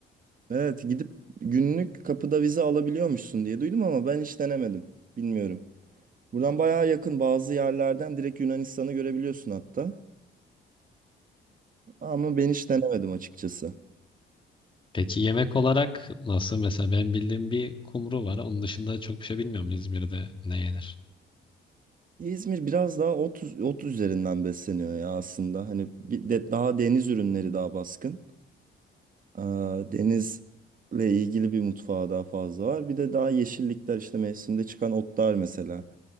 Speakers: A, on the right (about 45°); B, on the left (about 25°).
A: Evet gidip günlük kapıda vize alabiliyormuşsun diye duydum ama ben hiç denemedim. Bilmiyorum. Buradan bayağı yakın bazı yerlerden direkt Yunanistan'ı görebiliyorsun hatta. Ama ben hiç denemedim açıkçası.
B: Peki yemek olarak nasıl? Mesela ben bildiğim bir kumru var. Onun dışında çok bir şey bilmiyorum İzmir'de ne yenir.
A: İzmir biraz daha ot, ot üzerinden besleniyor ya aslında. Hani bir de, daha deniz ürünleri daha baskın. Aa, denizle ilgili bir mutfağı daha fazla var. Bir de daha yeşillikler işte mevsimde çıkan otlar mesela.